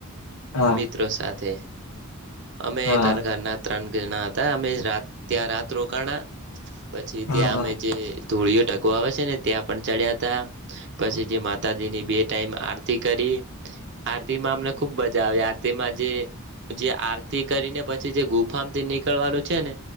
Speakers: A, on the left; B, on the right.
A: હા
B: મિત્રો સાથે. અમે
A: હા
B: ઘર ઘરના ત્રણ ઘરના હતા અમે રાત ત્યાં રાત રોકાણા. પછી
A: હા
B: ત્યાં અમે જે ધૂળીયો ઢગો આવે છે ને ત્યાં પણ ચડ્યાતા પછી જે માતાજીની બે ટાઈમ આરતી કરી આરતી માં અમને ખુબ મજા આવી આરતીમાં જે જે આરતી કરીને પછી જે ગુફામથી નીકળવાનું છે ને